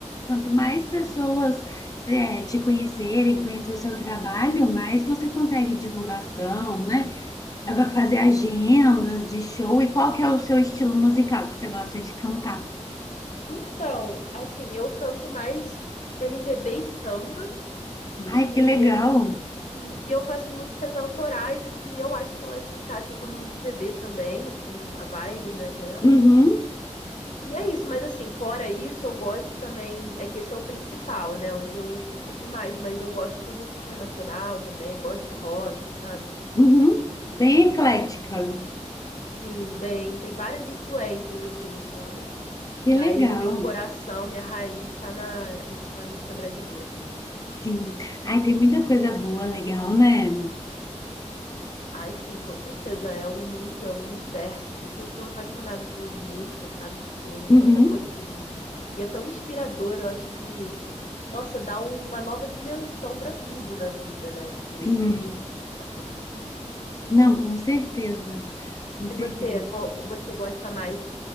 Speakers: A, on the left; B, on the left.
A: Quanto mais pessoas é, te conhecerem, conhecer o seu trabalho, mais você consegue divulgação, né?
B: Sim.
A: Dá pra fazer agendas
B: sim.
A: de show. E qual que é o seu estilo musical que você gosta de cantar?
B: Então, assim, eu canto mais MPB e samba, e,
A: Ai, que legal!
B: a gen- sim, e eu faço músicas autorais que eu acho que elas se encaixam como MPB também, assim, a vibe, né, delas.
A: Uhum,
B: E é isso, mas assim, fora isso, eu gosto também. É que esse é o principal, né? Onde eu fico mais, mas eu gosto de música internacional também, gosto de rock, sabe?
A: uhum. Bem eclética.
B: Sim, bem, tem várias influências, assim, sabe?
A: Que
B: Mas
A: legal.
B: o meu coração, minha raiz está na, na música brasileira mesmo.
A: Sim. Ai, tem muita coisa boa, legal, né?
B: Ai, sim, com certeza. É um mundo, é um universo. Por isso eu sou apaixonada por música, sabe? Porque é
A: Uhum.
B: tanta coisa pra gente. E é tão inspirador, eu acho que Nossa, dá uma nova dimensão para tudo na vida, né? Se,
A: Sim.
B: se conectar com a música.
A: Não, com certeza. Com
B: E
A: certeza.
B: você, qual você gosta mais,